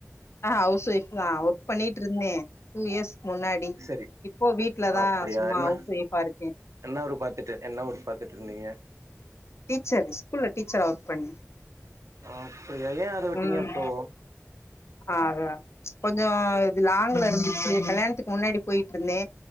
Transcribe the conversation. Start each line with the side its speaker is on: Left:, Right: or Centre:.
Left: ஆஹ் ஹவுஸ் ஒய்ஃப் தா ஒர்க் பண்ணிட்டு இருந்தே டூ இயர்ஸ் முன்னாடி
Right: சரி
Left: இப்போ வீட்லதா
Right: அப்டியா
Left: சும்மா
Right: என்ன
Left: ஹவுஸ் ஒய்ஃபா இருக்கே
Right: என்ன ஒர் பாத்துட்டு என்ன ஒர்க் பாத்துட்டு இருந்தீங்க
Left: டீச்சர் ஸ்கூல்ல டீச்சரா ஒர்க் பண்
Right: அப்டியா ஏன் அத விட்டீங்க
Left: ம்
Right: அப்போ
Left: ஆ கொஞ்சோ இது லாங்ல இருந்துச்சு கல்யாணத்துக்கு முன்னாடி போயிட்டுருந்தே